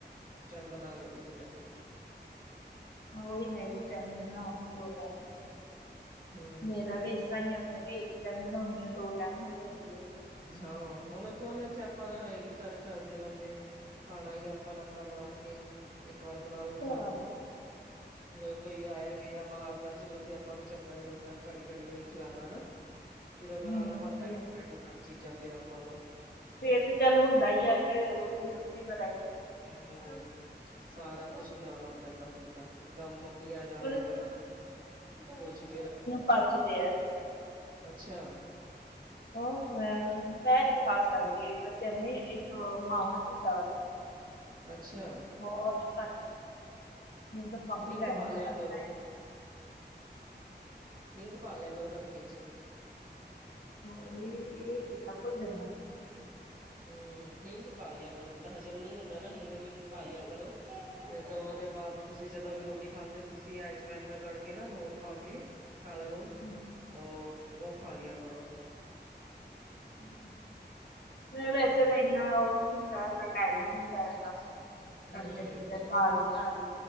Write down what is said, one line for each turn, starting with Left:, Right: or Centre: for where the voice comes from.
Right: ਉਸ ਟਾਈਮ ਬਣਾ ਲੈਨੀ ਹਾਂ ਮੈਂ ਫਿਰ।
Left: ਉਹੀ ਇੱਕ ਟਾਈਮ ਬਣਾਓ ਤੇ ਦੋ ਟਾਈਮ ਹੋ ਜਾਂਦੀ।
Right: ਹੂੰ
Left: ਮੇਰਾ ਵੀ ਤਾਂਈ ਮੈਂ ਵੀ ਇੱਕ ਟਾਈਮ ਬਣਾਉਦੀ ਆ, ਦੋ ਟਾਈਮ ਹੋ ਜਾਂਦੀ ਏ।
Right: ਹਾਂ ਹੁਣ ਕੋਣ ਏਥੇ ਅ। ਆਪਾਂ ਤਾਂ ਹੈਗੀ ਘਰ, ਘਰ ਦੇ ਬੰਦੇ। ਖਾਣਾ ਹੀ ਆਪਾਂ ਅਪਣਾ ਬਣਾ ਕੇ। ਇੱਕ ਵਾਰ ਬਣਾ ਲੋ, ਖਾ ਲੋ।
Left: ਹਾਂ
Right: ਜਦੋਂ ਕੋਈ ਆਇਆ ਗਿਆ ਬਾਹਰ ਦਾ, ਚਲੋ ਫੇਰ ਆਪਾਂ ਨੂੰ ਚੰਗਾ ਨੀ ਲੱਗਦਾ ਘੜੀ- ਘੜੀ ਉਹੀ ਖਿਲਾਉਣਾ। ਹੈਨਾ। ਫੇਰ ਉਹ ਬਣਾਉਣਾ
Left: ਹਮ
Right: ਬਨਦਾ,
Left: ਫੇਰ
Right: ਡਿਫਰੈਂਟ- ਡਿਫਰੈਂਟ ਚੀਜ਼ਾਂ ਫੇਰ ਆਪਾਂ ਨੂੰ।
Left: ਫੇਰ ਤੇ ਚੱਲ ਹੁੰਦਾ ਹੀ ਹੈ ਕੇ। ਮੇਰੀ ਵੱਖਰੀ ਬਣਾਈ।
Right: ਫਿਰ ਸਾਰਾ ਕੁਛ ਬਣਾਉਣਾ ਪੈਂਦਾ ਫਿਰ ਤਾਂ। ਜਿਦਾ ਮੰਮੀ ਆ ਜਾਂਦੇ
Left: ਪਰ
Right: ਨੇ, ਕੁਛ ਫਿਰ।
Left: ਭਜਦੇ ਆ।
Right: ਅੱਛਾ।
Left: ਉਹ ਮੈਂ, ਮੈਂ ਨਹੀਂ ਖਾ ਸਕਦੀ ਇੱਕ ਚਟਨੀ ਇੱਕ। ਮਾਵਾਂ ਦੀ ਦਾਲ,
Right: ਅੱਛਾ
Left: ਬਹੁਤ ਘੱਟ ਮੈਨੂੰ ਤਾਂ। ਕਾਫੀ
Right: ਹਿੰਗ
Left: ਟਾਈਮ
Right: ਪਾ
Left: ਹੋਇਆ
Right: ਲਿਆ ਕਰੋ
Left: ਬਣਾਏ।
Right: ਹਿੰਗ ਪਾ ਲਿਆ ਕਰੋ ਤੜਕੇ ਚ।
Left: ਹਾਂ ਇਹ ਇਹ ਚੇਤਾ ਭੁੱਲ ਜਾਂਦਾ ਮ।
Right: ਹਮ ਹਿੰਗ ਪਾ ਲਿਆ। ਜਿੱਦਾਂ ਹਜ਼ਮ ਨੀ ਹੁੰਂਦਾ ਨਾ ਹਿੰਗ ਵਿੰਗ ਪਾ ਲਿਆ ਕਰੋ ਫਿਰ ਤਾਂ ਉਹਦੇ ਬਾਅਦ ਤੁਸੀਂ ਜਦੋਂ ਵੀ ਰੋਟੀ। ਰੋਟੀ ਖਾਂਦੇ ਹੋ ਤੁਸੀਂ ਐਜਵਾਇਨ ਰਗੜ ਕੇ ਨਾ ਲੂਣ ਪਾ ਕੇ ਕਾਲਾ ਨੂਨ।
Left: ਹਮ।
Right: ਉਹ ਉਹ ਖਾ ਲਿਆ ਕਰੋ।
Left: ਹਮ। ਮੈ ਵੈਸੇ ਤਾਂ ਇੰਨਾ ਉਹ ਨਹੀਂ ਹੁੰਦਾ ਇਨਾ ਟਾਈਮ ਨਹੀਂ ਹੁੰਦਾ ਹੈਗਾ।
Right: ਹੂੰ
Left: ਤੜਕੇ- ਤੜਕੇ ਦਾਲ ਬਣਾ ਲਈ।